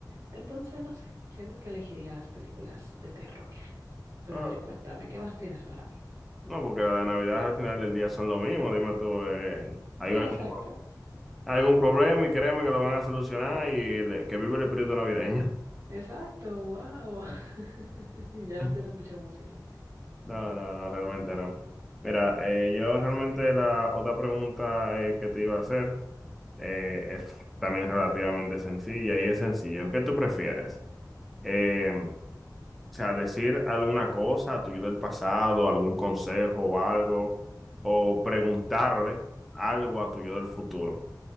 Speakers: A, on the right (about 45°); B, in the centre.
A: Entonces, no sé, siento que elegiría las películas de terror. Pero
B: <laughs> Pero,
A: a ver, cuéntame, ¿qué más tienes para mí?
B: no, porque la de Navidad al final del día son lo mismo, dime tú, eh, hay
A: No,
B: algún,
A: exacto.
B: pro- algún problema y créeme que lo van a solucionar y el- que vive el espíritu navideño.
A: Exacto, wow. <laughs> Ya no
B: <laughs>
A: tiene mucha emoción.
B: No, no, no, realmente no. Mira, eh, yo realmente la otra pregunta eh, que te iba a hacer eh, es también relativamente sencilla y es sencillo. ¿Qué tú prefieres? Eh, o sea, decir alguna cosa a tu yo del pasado, algún consejo o algo, o preguntarle algo a tu yo del futuro.